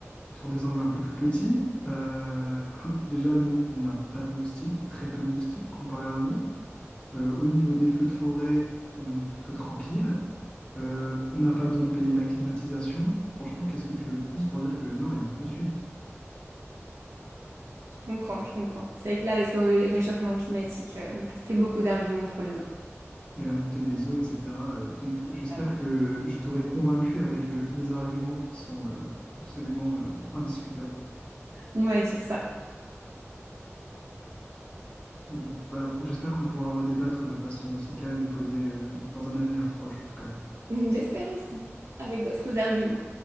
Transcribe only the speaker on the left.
sur des angles un peu plus petits. Euh, <laughs> déjà, nous, on n'a pas de moustiques ou très peu de moustiques comparé à vous. Euh, au niveau des feux de forêt, on est plutôt tranquille. Euh, on n'a pas besoin de payer la climatisation. Franchement, qu'est-ce que tu veux de plus pour dire que le nord est mieux que le sud?
Et la montée des eaux, etc. Euh, donc, j'espère
que je t'aurai convaincu avec euh, mes arguments qui sont euh, absolument euh, indiscutables.
Bon, bah, j'espère qu'on pourra redébattre de façon aussi calme et posée, euh, dans un avenir proche en tout cas.